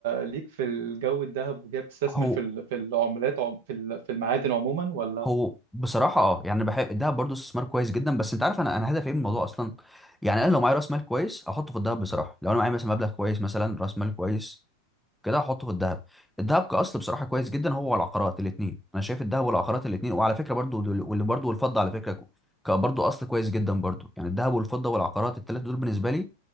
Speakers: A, on the right; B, in the centre.
A: ليك في الجو الذهب وجاي بتستثمر
B: هو
A: في ال- في العملات عم- في ال- في المعادن عموما ولا
B: هو بصراحة اه يعني انا بحب الدهب برضه استثمار كويس جدا بس انت عارف انا انا هدفي ايه من الموضوع اصلا يعني انا لو معايا راس مال كويس احطه في الدهب بصراحة لو انا معايا مثلا مبلغ كويس مثلا راس مال كويس كده هحطه في الذهب الذهب كاصل بصراحه كويس جدا هو والعقارات الاثنين انا شايف الذهب والعقارات الاثنين وعلى فكره برضو دول- واللي برضو والفضه على فكره ك- ك- برضو اصل كويس جدا برضو يعني الذهب والفضه والعقارات الثلاثه دول بالنسبه لي